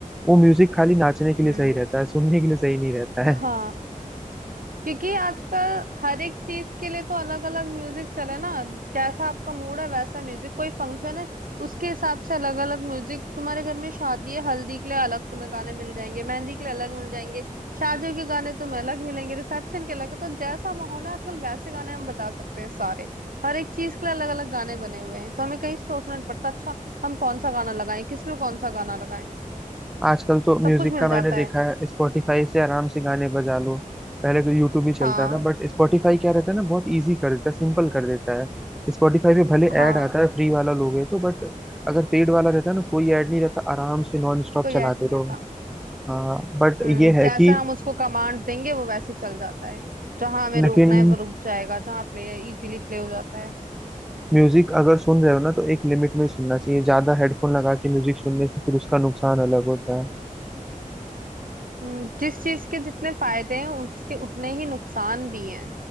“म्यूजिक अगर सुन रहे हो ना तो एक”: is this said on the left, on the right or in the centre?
Centre